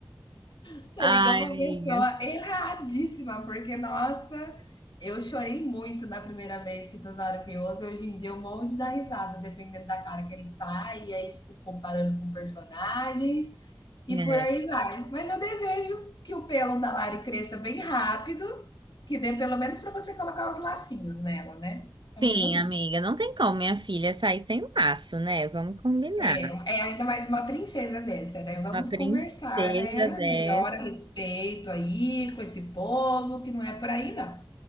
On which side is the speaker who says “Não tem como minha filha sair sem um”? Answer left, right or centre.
Right